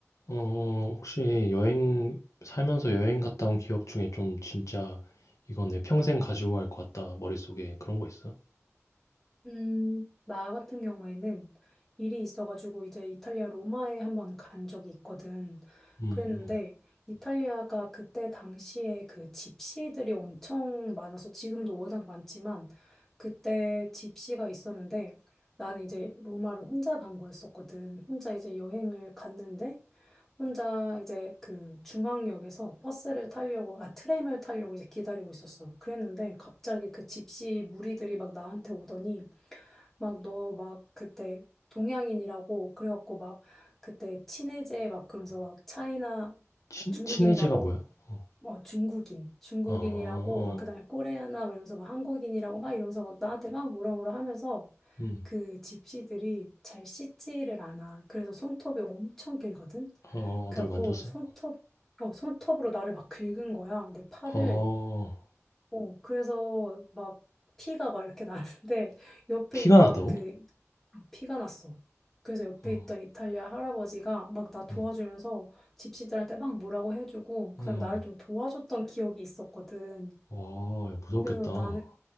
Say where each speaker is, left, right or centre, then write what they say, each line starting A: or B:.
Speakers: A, on the left; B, in the centre.
A: 어, 혹시 여행, 살면서 여행 갔다 온 기억 중에 좀 진짜 이건 내 평생 가지고 갈 것 같다. 머릿속에 그런 거 있어?
B: 음, 나 같은 경우에는 일이 있어가지고 이제 이탈리아 로마에 한번 간 적이 있거든.
A: 음,
B: 그랬는데
A: 음.
B: 이탈리아가 그때 당시에 그 집시들이 엄청 많아서 지금도 워낙 많지만 그때 집시가 있었는데 나는 이제 로마를 혼자 간 거였었거든. 혼자 이제 여행을 갔는데 혼자 이제 그 중앙역에서 버스를 타려고, 아, 트램을 타려고 이제 기다리고 있었어. 그랬는데 갑자기 그 집시 무리들이 막 나한테 오더니 막 너 막 그때 동양인이라고 그래갖고 막 그때 친해제 막 그러면서 막 차이나
A: 친,
B: 중국인이라고
A: 친해제가 뭐야? 어,
B: 어 중국인 중국인이라고
A: 어, 어, 어.
B: 막 그다음에 코레아나 막 이러면서 막 한국인이라고 막 이러면서 막 나한테 막 뭐라 뭐라 하면서
A: 음,
B: 그 집시들이 잘 씻지를 않아. 그래서 손톱이 엄청 길거든.
A: 어, 어,
B: 그래갖고
A: 어, 널 만졌어?
B: 손톱 어 손톱으로 나를 막 긁은 거야. 내 팔을
A: 어, 어, 어.
B: 어, 그래서 막 피가 막 이렇게 나는데 <laughs> 옆에
A: 피가
B: 있던
A: 났다고?
B: 그 피가 났어. 그래서 옆에
A: 어,
B: 있던 이탈리아 할아버지가 막 나 도와주면서
A: 음,
B: 집시들한테 막 뭐라고 해주고 그다음에
A: 음,
B: 나를 좀 도와줬던 기억이 있었거든.
A: 와, 야, 무섭겠다.
B: 그래서
A: 어,
B: 나는